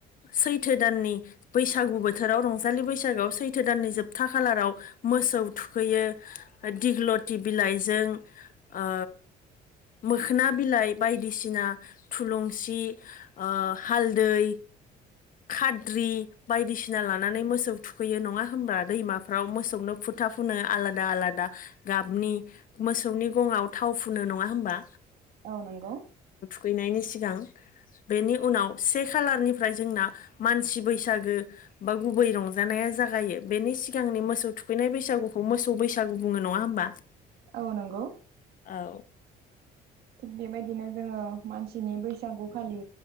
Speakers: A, on the left; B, on the right.
A: सैथो दाननि बैसागु बोथोराव रंजालि बैसागोआव सैथो दाननि जोबथा खालाराव मोसौ थुखैयो दिग्लथि बिलाइजों ओ मोखोना बि बिलाइ बायदिसिना थुलुंसि ओ हालदै खाद्रि बायदिसिना लानानै मोसौ थुखैयो नङा होनब दैमाफ्राव मोसौनो फु था फुनो आलादा आलादा गाबनि मोसौनि गङाव थाव फुनो नङा होनोमबा?
B: ओ नंगौ।
A: फैनायनि सिगां बेनि उनाव से खालारनिफ्राय जोंना मानसि बैसागो बा गुबै रंजानाया जागायो बेनि सिगांनि मोसौ थुखैनाय बैसागुखौ मोसौ बैसागु बुङो नङा होमबा?
B: औ नंगौ।
A: औ
B: थिग बेबायदिनो जोङो मानसिनि बैसागु खालि